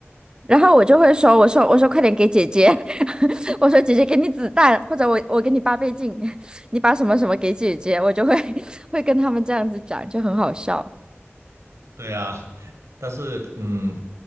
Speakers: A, on the right; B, on the right.
A: 然后我就会说，我说我说快点给姐姐，<laughs> 我说姐姐给你子弹，或者我我给你八倍镜，<laughs> 你把什么什么给姐姐，我就会 <laughs> 会跟他们这样子讲，就很好笑。
B: 对啊。但是，嗯，